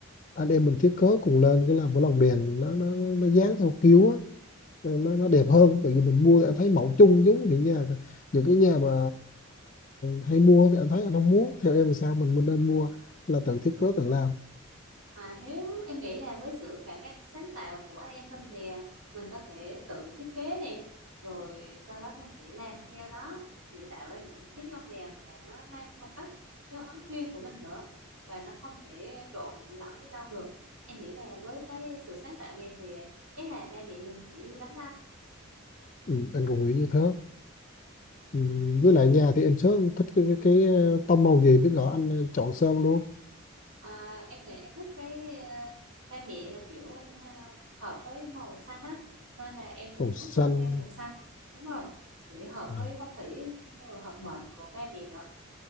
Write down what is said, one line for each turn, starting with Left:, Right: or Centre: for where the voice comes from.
Left: anh em mình thiết kế cùng lên cái làm cái lồng đèn nó nó nó dán theo kiểu á nó nó đẹp hơn tại vì mình mua thì anh thấy mẫu chung giống những nhà những cái nhà mà hay mua thì anh thấy anh không muốn theo em thì sao mình mình nên mua là tự thiết kế tự làm
Right: À, nếu em nghĩ là với sự khả năng sáng tạo của anh em mình thì à, mình có thể tự thiết kế nè rồi sau đó mình sẽ làm theo đó thì tạo ra những chiếc lông đèn mà nó mang phong cách dấu ấn riêng của mình nữa và nó không thể trộn lẫn với đâu được em nghĩ là với cái sự sáng tạo này thì chắc là ba mẹ mình sẽ vui lắm đó
Left: ừ, anh cũng nghĩ như thế ừ, với lại nhà thì em sớm thích cái, cái, cái ờ, tông màu gì biết rõ anh ờ, chọn sơn luôn
Right: À, em thì em thích cái ờ, ba mẹ là kiểu ờ, hợp với màu xanh á nên là em cũng
Left: màu
Right: muốn
Left: xanh
Right: sơn theo màu xanh đúng rồi để hợp
Left: à,
Right: với phong thủy rồi hợp mệnh của ba mẹ nữa